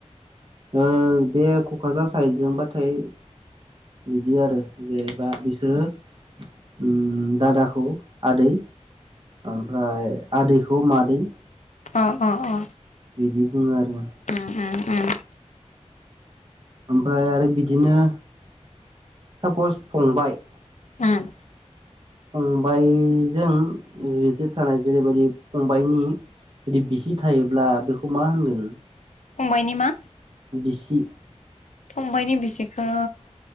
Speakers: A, on the right; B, on the left.
A: ओ बे क'क्राझार साइडजोंबाथाय बिदि आरो जे बा बिसोरो ओम दादाखौ आदै । ओमफ्राय आदैखौ मादै ।
B: अ अ अ।
A: बिदि बुङो आरो।
B: उम उम उम
A: ओमफ्राय आरो बिदिनो सापस फंबाय।
B: ओम।
A: फंबायजों रिलेटेड थानाय जेरैबायदि फंबायाइनि जुदि बिसि थायोब्ला बेखौ मा होनगोन?
B: फंबायनि मा?
A: बिसि
B: फंबायनि बिसिखौ